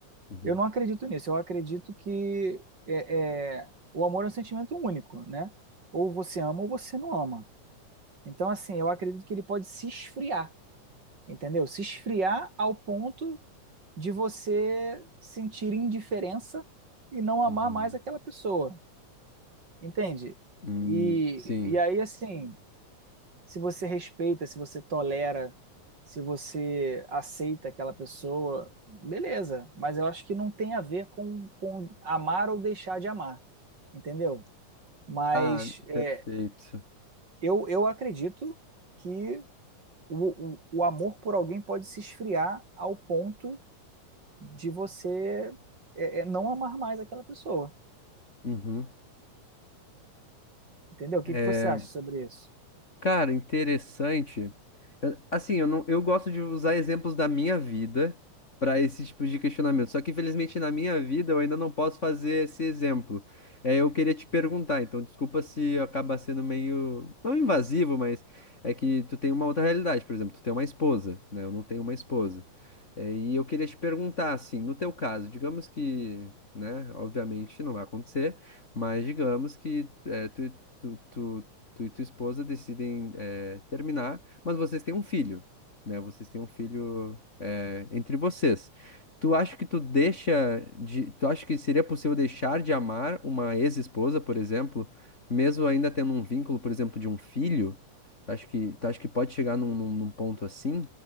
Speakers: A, on the left; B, on the right.
A: Uhum,
B: Eu não acredito nisso. Eu acredito que é, é, o amor é um sentimento único, né? Ou você ama ou você não ama. Então, assim, eu acredito que ele pode se esfriar, entendeu? Se esfriar ao ponto de você sentir indiferença e não amar
A: uhum.
B: mais aquela pessoa, entende?
A: Hum,
B: E,
A: sim.
B: e aí, assim, se você respeita, se você tolera, se você aceita aquela pessoa, beleza, mas eu acho que não tem a ver com, com amar ou deixar de amar, entendeu? Mas
A: Ah,
B: é,
A: perfeito.
B: eu, eu acredito que o, o, o amor por alguém pode se esfriar ao ponto de você é, é, não amar mais aquela pessoa.
A: Uhum.
B: Entendeu? O
A: É,
B: que que você acha sobre isso?
A: Cara, interessante. Eu- assim, eu não, eu gosto de usar exemplos da minha vida para esse tipo de questionamento. Só que, infelizmente, na minha vida eu ainda não posso fazer esse exemplo. É, eu queria te perguntar, então, desculpa se acaba sendo meio, não invasivo, mas é que tu tem uma outra realidade, por exemplo, tu tem uma esposa, né? Eu não tenho uma esposa. É, e eu queria te perguntar, assim, no teu caso, digamos que, né, obviamente não vai acontecer, mas digamos que é, tu, tu, tu tu e tua esposa decidem eh, terminar, mas vocês têm um filho, né? Vocês têm um filho eh, entre vocês. Tu acha que tu deixa de, tu acha que seria possível deixar de amar uma ex-esposa, por exemplo, mesmo ainda tendo um vínculo, por exemplo, de um filho? Tu acha que, tu acha que pode chegar num, num- num ponto assim?